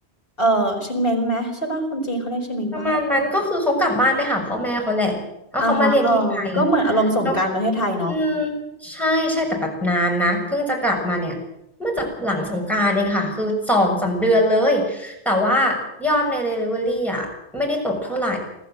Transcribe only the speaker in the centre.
ประมาณนั้นก็คือเขากลับบ้านไปหาพ่อแม่เขาแหละแล้วเขามาเรียนที่ไทย
แล้วอืมใช่ใช่แต่แบบนานนะเพิ่งจะกลับมาเนี่ยเมื่อจะหลังสงกรานต์เองค่ะคือสองสามเดือนเลยแต่ว่ายอดใน Delivery อ่ะไม่ได้ตกเท่าไหร่